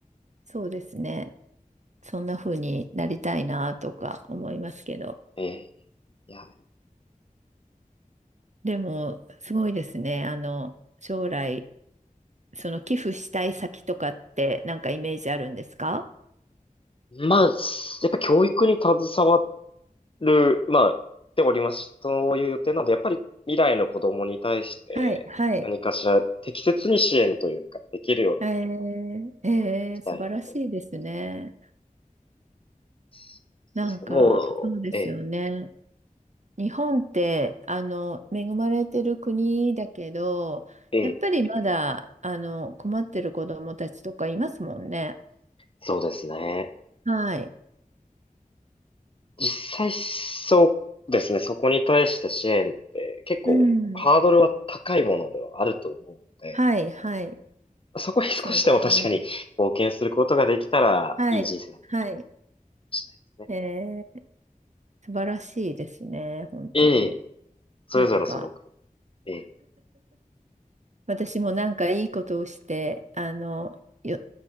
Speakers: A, on the right; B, on the left.
A: そうですね。そんな風になりたいなとか思いますけど。
B: ええいや、
A: でも、すごいですね。あの、将来、その寄付したい先とかってなんかイメージあるんですか
B: まあ、やっぱ教育に携わる、まあ、でおります。そういう予定なので、やっぱり未来の子供に対して何かしら適切に支援というか、
A: はい、はい。
B: できるようなことを
A: えー、えー素晴らしいですね。
B: したいなと思います。
A: なんか、
B: ですね。もう、
A: そうですよね。
B: ええ、
A: 日本って、あの、恵まれてる国だけど、
B: ええ、
A: やっぱりまだ、あの、困ってる子どもたちとかいますもんね。
B: そうですね。
A: はい。
B: 実際そうですね、そこに対して支援って結構ハードルは高いものではあると思うので、
A: うん。はい、はい。
B: そこに少しでも確かに貢献することができたらいい人生だったかも
A: そうですね。はい、はい。
B: しれないですね。
A: えー、素晴らしいですね、本当に。
B: ええ、それぞれのその目標。
A: なんか、
B: え
A: 私もなんかいいことをして、あの、よ、